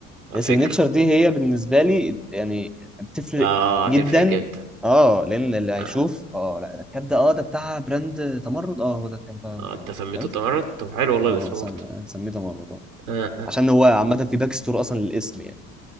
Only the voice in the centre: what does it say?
السيجنتشر
دي هي بالنسبه لي يعني بتفرق
جدا
اه لان اللي هيشوف
اه لا ده الكاب ده اه ده بتاع براند تمرد اه هو ده الكاب بتاع براند
تمرد
فهمت
اه
سم-
سميه تمرد اه
عشان هو عامه في باك ستور اصلا للاسم يعني